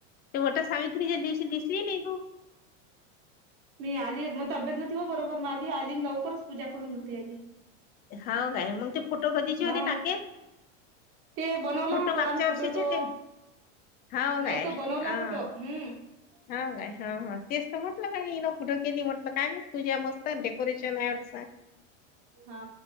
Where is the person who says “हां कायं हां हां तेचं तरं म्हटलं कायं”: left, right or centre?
Left